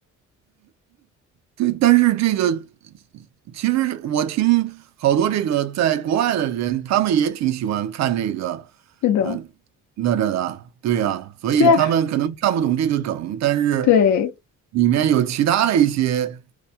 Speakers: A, on the right; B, on the left.
A: 对，但是这个。其实我听好多这个在国外的人，他们也挺喜欢看这个，
B: <laughs> 是的，
A: 呃，哪吒的啊，对呀，所以他们可能看不懂这个梗，
B: 对啊，
A: 但是
B: 对。
A: 里面有其他的一些